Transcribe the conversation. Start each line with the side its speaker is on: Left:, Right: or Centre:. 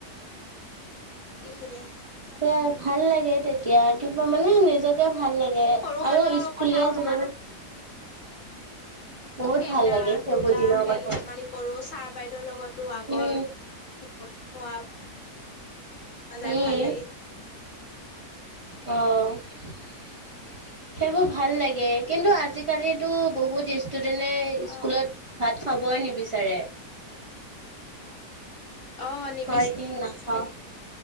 Left: এইখিনিয়ে
Right: এ ভাল লাগে তেত এতিয়া কিবা মানে নিজকে ভাল লাগে
Left: সৰু
Right: আৰু
Left: কালৰ
Right: স্কুলীয়া
Left: কথা মনত
Right: জীৱনত বহুত
Left: খেলা
Right: ভাল লাগে সেইবোৰ
Left: ধূলা
Right: দিনৰ
Left: খেল
Right: কথা
Left: ধেমালি কৰো ছাৰ বাইদেউৰ লগতো আগৰ
Right: উম,
Left: লগ পোৱা যায়
Right: উম,
Left: ভাল লাগি
Right: অ, সেইবোৰ ভাল লাগে কিন্তু আজিকালিতো বহু ডিচ ষ্টুডেনে স্কুলত
Left: অ
Right: ভাত খাবই নিবিচাৰে।
Left: অ নিবিচ
Right: কয় কি না অ,